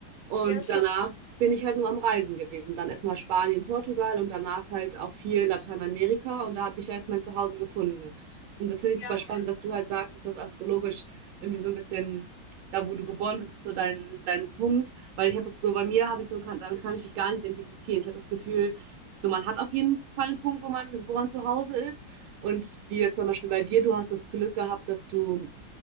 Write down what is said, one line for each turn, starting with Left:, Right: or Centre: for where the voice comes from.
Right: Und
Left: ja, schon,
Right: danach bin ich halt nur am Reisen gewesen. Dann erstmal Spanien, Portugal und danach halt auch viel Lateinamerika. Und da habe ich ja jetzt mein Zuhause gefunden. Und das finde ich super
Left: ja,
Right: spannend, dass du halt sagst, dass das astrologisch irgendwie so ein bisschen, da wo du geboren bist, ist so dein, dein Punkt. Weil ich habe das so, bei mir habe ich so, kann, damit kann ich mich gar nicht identifizieren. Ich habe das Gefühl, so man hat auf jeden Fall einen Punkt, wo man, wo man zu Hause ist. Und wie jetzt zum Beispiel bei dir, du hast das Glück gehabt, dass du